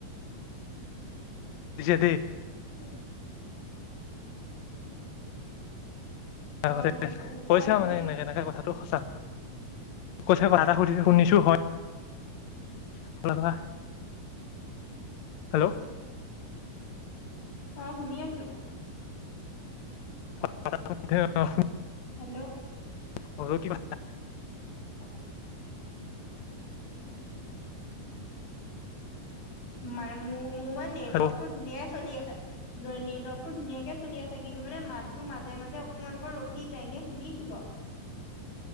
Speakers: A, on the left (about 65°); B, on the left (about 90°).
A: সিহঁতি-
B: উম'
A: তাৰ
B: অ
A: আগতে
B: ক
A: কৈছা
B: শুনি
A: আও মানে
B: আছো
A: এনেকে তেনেকে কথাটো সঁচা। কৈছে কথা এটা সুধিছ শুনিছো হয়
B: উম
A: লাকা। হেল্লৌ'
B: অঁ শুনি আছো।
A: <unintelligible>
B: হেল্লৌ'
A: <unintelligible>
B: অ' <inaudible> মানে মো মোৰ মানে নেটৱৰ্কতটো
A: হেল্ল'
B: ধুনীয়াই চলি আছে। ন নেটৱৰ্কতটো ধুনীয়াকে চলি আছে কিন্তু মানে মাতটো মাজে মাজে অকমান অকমান ৰখি যায় এনেই শুনিছো বাৰু।